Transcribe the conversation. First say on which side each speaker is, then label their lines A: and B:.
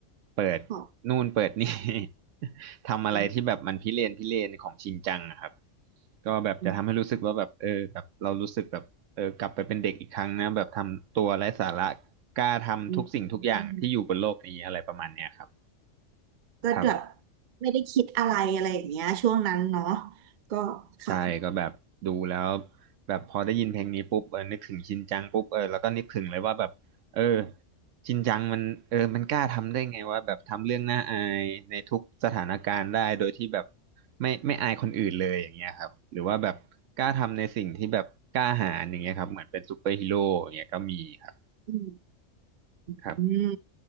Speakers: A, on the right; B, on the right.
A: เปิด
B: ขอบ
A: นู่นเปิดนี่ <laughs> ทำอะไรที่แบบมันพิเรนพิเรนของชินจังอะครับ
B: คุณ
A: ก็แบบจะทำให้รู้สึกว่าแบบเออแบบเรารู้สึกแบบเออกลับไปเป็นเด็กอีกครั้งนะแบบทำตัวไร้สาระ
B: อืม
A: กล้าทำทุกสิ่งทุกอย่างที่อยู่บนโลกนี้อะไรประมาณเนี้ยครับ
B: อืมอืมก็แบบ
A: ครับ
B: ไม่ได้คิดอะไรอะไรอย่างเงี้ยช่วงนั้นเนาะก็ค่ะ
A: ใช่ก็แบบดูแล้วแบบพอได้ยินเพลงนี้ปุ๊บเออนึกถึงชินจังปุ๊บเออแล้วก็นึกถึงเลยว่าแบบเออชินจังมันเออมันกล้าทำได้ไงว่าแบบทำเรื่องน่าอายในทุกสถานการณ์ได้โดยที่แบบไม่ไม่อายคนอื่นเลยอย่างเงี้ยครับหรือว่าแบบกล้าทำในสิ่งที่แบบกล้าหาญอย่างเงี้ยครับเหมือนเป็นซูเปอร์ฮีโร่อย่างเงี้ยก็มีครับ
B: อืม
A: ครับ
B: อืม